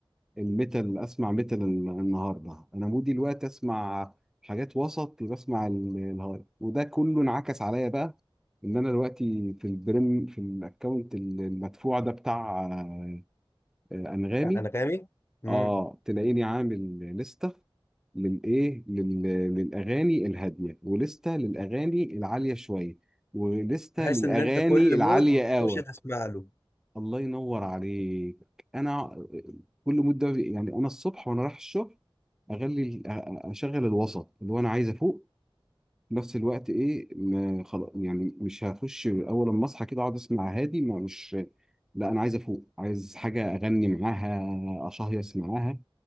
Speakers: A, in the centre; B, on the left.
A: الميتال اسمع ميتال النهارده انا مودي الوقت اسمع حاجات وسط يبقى اسمع ال- الهارد وده كله انعكس عليا بقى ان انا دلوقتي في البريم في الاكونت المدفوع ده بتاع آه، آه، انغامي
B: انغامي امم
A: اه تلاقيني عامل لستة للايه لل... للاغاني الهاديه ولستة للاغاني العاليه شويه ولستة
B: بحيث
A: للاغاني
B: ان انت كل
A: العاليه
B: مود
A: قوي
B: تخش تسمع له
A: الله ينور عليك انا كل مده يعني انا الصبح وانا رايح الشغل اغلي اشغل الوسط اللي هو انا عايز افوق في نفس الوقت ايه ما خلاص يعني مش هخش اول ما اصحى كده اقعد اسمع هادي ما مش لا انا عايز افوق عايز حاجه اغني معاها اشهيص معاها